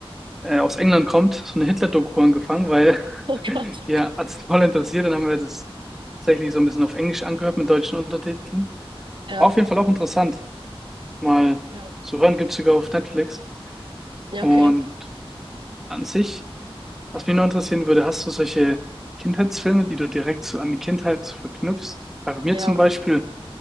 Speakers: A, in the centre; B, on the right.
A: äh, aus England kommt, so eine Hitler-Doku angefangen, weil
B: Oh Gott.
A: <laughs> die hat es voll interessiert. Dann haben wir das tatsächlich so ein bisschen auf Englisch angehört mit deutschen Untertiteln.
B: Ja,
A: Auf jeden Fall auch interessant, mal
B: ja,
A: zu hören. Gibt's sogar auf Netflix.
B: ja,
A: Und
B: okay.
A: an sich, was mich noch interessieren würde, hast du solche Kindheitsfilme, die du direkt so an die Kindheit so verknüpfst? Weil bei mir
B: Ja,
A: zum Beispiel,